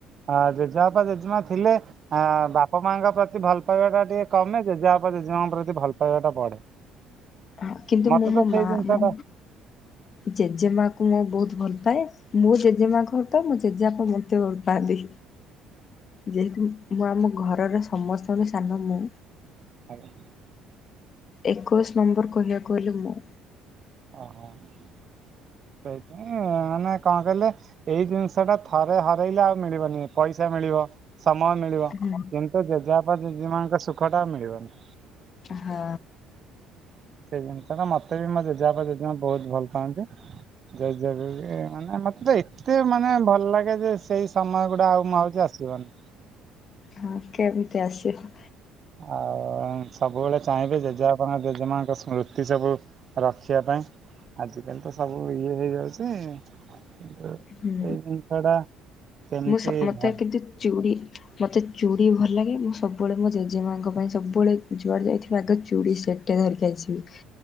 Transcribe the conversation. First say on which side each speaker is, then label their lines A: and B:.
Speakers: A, on the right (about 45°); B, on the left (about 45°).
A: ହ ଜେଜେମାପା ଜେଜେମା ଥିଲେ ଆ ବାପା ମାଙ୍କ ପ୍ରତି ଭଲ ପାଇବା ଟା ଟିକେ କମେ ଜେଜେବାପା ଜେଜେମା ଙ୍କ ପ୍ରତି ଭଲ ଭଲପାଇବାଟା ବଢେ
B: ହଁ, କିନ୍ତୁ
A: ମତେ
B: ମୁଁ ମୋ
A: ତ ସେଇ
B: ମା
A: ଜିନିଷ
B: ମାନେ
A: ଟା
B: ଜେଜେମା କୁ ମୁଁ ବହୁତ ଭଲ ପାଏ। ମୋ ଜେଜେମା କୁ ତ ମୋ ଜେଜେବାପା ମତେ ଭଲପାନ୍ତି। ଯେହେତୁ ମୁଁ ଆମ ଘରର ସମସ୍ତଙ୍କଠୁ ସାନ ମୁଁ
A: ହଉ।
B: ଏକୋଇଶ ନମ୍ବର କହିବାକୁ ଗଲେ ମୁଁ।
A: ଓହୋ ସେଇତ ଉଁ ମାନେ କଣ କହିଲେ ଏଇ ଜିନିଷ ଟା ଥରେ ହରେଇଲେ ଆଉ ମିଳିବନି ପଇସା ମିଳିବ ସମୟ ମିଳିବ
B: ହୁଁ।
A: କିନ୍ତୁ ଜେଜେବାପା ଜେଜେମାନଙ୍କ ସୁଖ ଟା ଆଉ ମିଳିବନି।
B: ହଁ।
A: ସେଇ ଜିନିଷ ଟା ମତେ ବି ମୋ ଜେଜେବାପା ଜେଜେମା ବହୁତ ଭଲ ପାଆନ୍ତି। ସେଇ ଜେଗୁ ଯେ ମାନେ ମତେ ତ ଏତେ ମାନେ ଭଲ ଲାଗେ ଯେ ସେଇ ସମୟ ଗୁଡା ଆଉ ମୁଁ ଆଉ ସେ ଆସିବ ନି।
B: ହଁ କେମିତି ଆସିବ?
A: ଆଉ ସବୁବେଳେ ଚାହିଁବେ ଜେଜା। ଆପଣ ଜେଜେମାଙ୍କ ସ୍ମୃତି ସବୁ ରଖିବା ପାଇଁ ଆଜିକାଲି ତ ସବୁ। ଇଏ ହେଇଯାଉଛି ଏଇ
B: ହୁଁ।
A: ଜିନିଷ ଟା। କେମିତି
B: ମୁଁ <unintelligible> ମୋତେ
A: ଭ
B: କିନ୍ତୁ ଚୁଡ଼ି ମୋତେ ଚୁଡ଼ି ଭଲ ଲାଗେ ମୁଁ ସବୁବେଳେ ମୋ ଜେଜେ ମାଆଙ୍କ ପାଇଁ ସବୁବେଳେ ଯୁଆଡ଼େ ଯାଇଥିବି ଆଗେ ଚୁଡ଼ି ସେଟ୍ ଧରିକି ଆସିବି